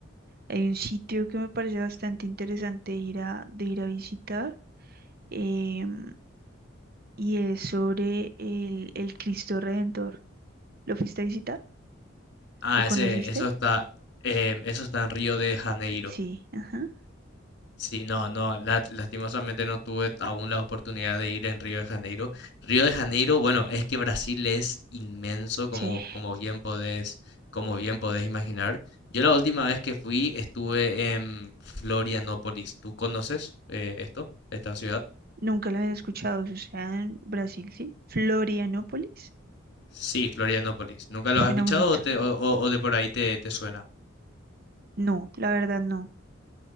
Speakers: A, on the right (about 50°); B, on the left (about 55°).
A: hay un sitio que me parece bastante interesante ir a, de ir a visitar, em, y es sobre el, el Cristo Redentor. ¿Lo fuiste a visitar?
B: Ah,
A: ¿Lo conociste?
B: ese, eso está, em, eso está en Río de Janeiro.
A: Sí, ajá.
B: Sí, no, no, la- lastimosamente no tuve t- aún la oportunidad de ir en Río de Janeiro. Río de Janeiro, bueno, es que Brasil es inmenso, como,
A: Sí,
B: como bien podés, como bien podés imaginar. Yo la última vez que fui estuve en Florianópolis. ¿Tú conoces eh, esto, esta ciudad?
A: nunca lo había escuchado, o sea, en Brasil, sí. Florianópolis,
B: Sí, Florianópolis. ¿Nunca
A: suena
B: los has escuchado
A: bonito.
B: o, te- o- o- o de por ahí te, te suena?
A: No, la verdad no.